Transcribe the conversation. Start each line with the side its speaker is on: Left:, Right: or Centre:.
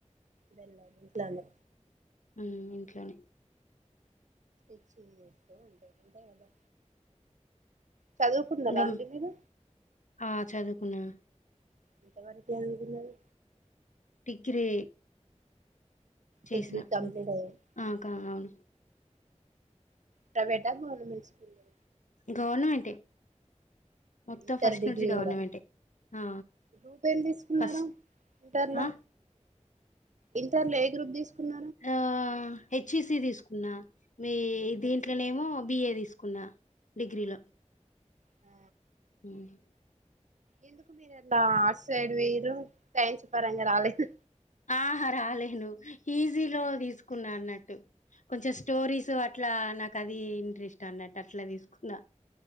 Right: వెళ్ళారా ఇంట్లోనే
Left: ఊమ్ ఇంట్లోనే
Right: స్చ్ ఉంటంటాదా చదువుకున్నారా
Left: ఇంకా
Right: అండి మీరు
Left: ఆ చదువుకున్నా
Right: ఎంతవరకు చుదువుకున్నారు
Left: డిగ్రీ చేసిన
Right: డిగ్రీ కంప్లీట్
Left: అంతే
Right: అయింది
Left: ఆకా అవును
Right: ప్రైవేట్ గవర్నమెంట్ స్కూల్ ఆ
Left: గవర్నమెంట్ ఏ మొత్తం
Right: ఇంటర్
Left: ఫస్ట్
Right: డిగ్రీ
Left: నుంచి గవర్నమెంట్
Right: కూడా
Left: ఆ
Right: గ్రూప్ ఏం తీసుకున్నారు
Left: ఫస్ట్
Right: ఇంటర్లో
Left: ఆ
Right: ఇంటర్లో ఏ గ్రూప్ తీసుకున్నావ్
Left: ఆ హెచ్ఈసి తీసుకున్నా మీ
Right: హెచ్ఈసి
Left: దీంట్లోనేమో బిఏ తీసుకునా తీసుకున్న డిగ్రీలో
Right: ఆ
Left: ఉమ్
Right: ఎందుకు మీరు అట్లా ఆర్ట్స్ సైడ్ పోయిన్రు సైన్స్ పరంగా రాలేదు
Left: ఆహా రాలేను ఈజీలో తీసుకున్నా అన్నట్టు కొంచెం స్టోరీస్ అట్లా నాకు అది ఇంట్రెస్ట్ అన్నట్టు అట్లా తీసుకున్నా